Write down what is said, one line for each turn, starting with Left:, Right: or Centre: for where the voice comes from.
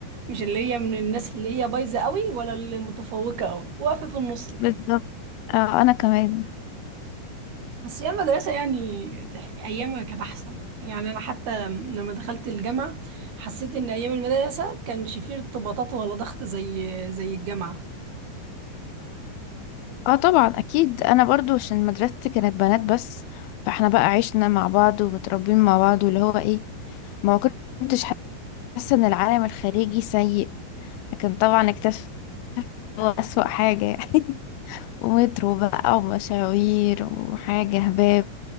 Right: مش اللي هي من الناس اللي هي بايظة قوي ولا اللي متفوقة قوي واقفة في النص كده
Left: بالظبط آه أنا كمان
Right: بس هي المدرسة يعني تح- أيامها كانت أحسن يعني أنا حتى لما دخلت الجامعة حسيت إن أيام المدرسة كانش فيه ارتباطات ولا ضغط زي زي الجامعة
Left: اه طبعا أكيد أنا برضو عشان مدرستي كانت بنات بس فاحنا بقى عشنا مع بعض ومتربيين مع بعض واللي هو ايه ما كنتش حاسة إن العالم الخارجي سيء لكن طبعا اكتشفت أسوأ حاجة يعني <laughs> ومترو بقى ومشاوير وحاجة هباب